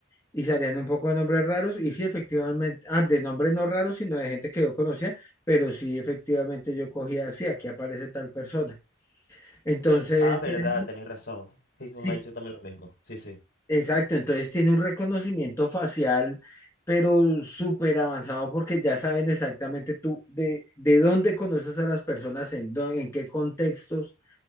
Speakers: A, on the left; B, on the left.
A: Y salían un poco de nombres raros y sí, efectivamente, ah, de nombres no raros, sino de gente que yo conocía, pero sí, efectivamente yo cogía así, aquí aparece tal persona. Entonces,
B: Ah, verdad,
A: tiene-
B: tenés razón. Facebook
A: sí,
B: me ha hecho también lo mismo. Sí, sí.
A: exacto, entonces tiene un reconocimiento facial, pero súper avanzado porque ya saben exactamente tú de, de dónde conoces a las personas, en, dó- en qué contextos